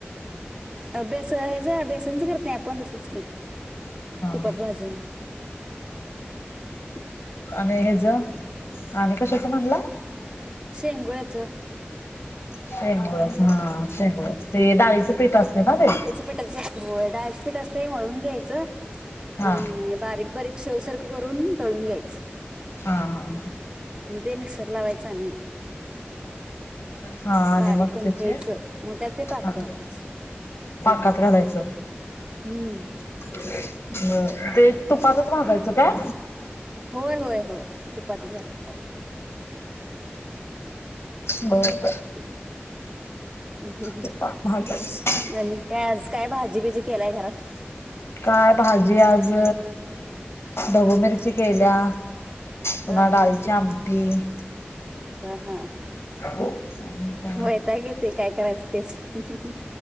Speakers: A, on the right; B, on the left.
A: अभ्यास हेच जा बेसनच करत नाही आपण तसच की तुपात
B: हा
A: भाजून <unintelligible>
B: अमे हेजा आणि कशाच म्हणला.
A: शेंगुळ्याचं
B: शेंगूळ्याचं हा शेंगूळ्याच ते डाळीच पीठ असते ना ते
A: पीट च असल्यामुळे डाळीचे पीट असतय मळून घ्यायचं
B: हा
A: आणि बारीक बारीक शेव सारख करून तळून घ्यायचं
B: हा हा हा
A: मग ते मिक्सर लावायचं आणि
B: हा आणि
A: बारीक
B: मग
A: करुन
B: त्याचे
A: घ्यायचं मग त्यात ते पाकात
B: हा
A: घालायचं
B: पाकात घालायचं
A: हम्म
B: अ ते तुपातच भाजायचं काय?
A: होय होय होय तुपातच भाजायचं
B: होय
A: <unintelligible> हम्
B: तुपात भाजायचं
A: आणि ते आज काय भाजी बीजी केलाय घरात?
B: काय भाजी आज ढबू मिरची केल्या. पुन्हा
A: हा
B: डाळीची
A: हा
B: आमटी
A: हा हा
B: आहो <unintelligible>
A: वैताग येतंय काय करायचं तेच